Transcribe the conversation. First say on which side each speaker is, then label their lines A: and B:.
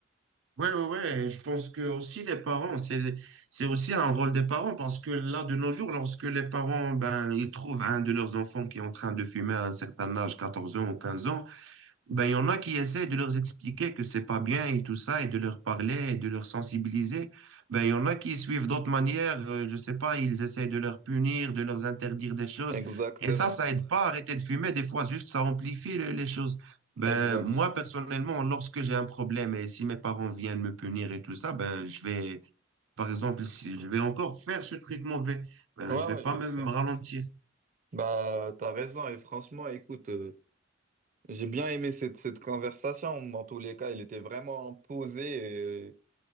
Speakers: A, on the right; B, on the right.
A: Ouais, ouais, ouais. Et Je pense que aussi les parents, c'est, c'est aussi un rôle des parents parce que là, de nos jours, lorsque les parents, ben, ils trouvent un de leurs enfants qui est en train de fumer à un certain âge, 14 ans ou 15 ans, ben, il y en a qui essaient de leur expliquer que c'est pas bien et tout ça, et de leur parler, et de leur sensibiliser. Ben, il y en a qui suivent d'autres manières, euh, je sais pas, ils essaient de leur punir, de leur interdire des choses.
B: Exactement,
A: Et ça, ça aide pas à arrêter de fumer. Des fois, juste, ça amplifie le- les choses. Ben,
B: exact.
A: moi, personnellement, lorsque j'ai un problème et si mes parents viennent me punir et tout ça, ben, je vais, par exemple, si je vais encore faire ce traitement, je vais, ben,
B: Ouais,
A: je
B: ouais,
A: vais pas
B: je le
A: me
B: sais.
A: me ralentir.
B: Bah, t'as raison, et franchement, écoute, euh, j'ai bien aimé cette, cette conversation. Dans tous les cas, il était vraiment posé et,